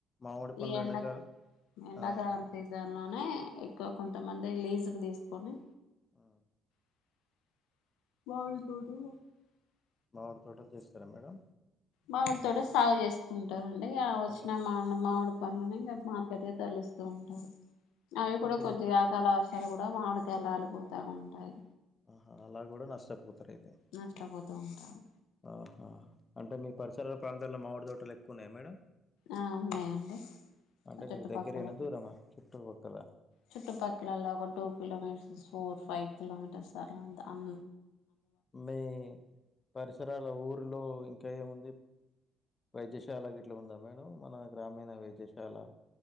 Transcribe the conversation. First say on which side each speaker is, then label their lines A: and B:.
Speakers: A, on the left; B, on the left.
A: మామిడి పండ్లు
B: ఈ ఎండక్
A: ఎండాకాలం
B: ఎండాకాలం
A: ఆ
B: సీజన్ లోనే ఎక్కువ కొంటాం మందే లీజుకు తీసుకొని
A: ఆ
B: <inaudible>
A: మామిడి తోటలు చేస్తారా మేడం
B: మామిడి తోట సాగు చేసుకుంటారండి ఆ వచ్చిన
A: అంటే
B: మా మామిడి పండ్లనే ఇంకా మార్కెట్ తరలిస్తూ ఉంటారు అవి కూడా
A: ఇప్పుడు
B: కొంచెం ఆకాల ఇక్కడ కూడా మామిడికాయిలా రాలిపోతా ఉంటాయి
A: ఆహా అలా కూడా నష్టపోతారు అయితే
B: నష్టపోతూ ఉంటారు
A: ఆ అంటే మీ పరిసరాల ప్రాంతాల్లో మామిడి తోటలు ఎక్కువ ఉన్నాయా మేడం
B: ఆ ఉన్నాయండి
A: అంటే
B: ఆ చుట్టుపక్కల
A: మీకు దగ్గరేనా దూరమా చుట్టుపక్కల
B: చుట్టుపక్కలలా ఒక two kilometres four five kilometres సర అం
A: మీ పరిసరాల ఊరిలో ఇంకా ఏముంది వైద్యశాల గిట్లా ఉందా మేడం మన గ్రామీణ వైద్యశాల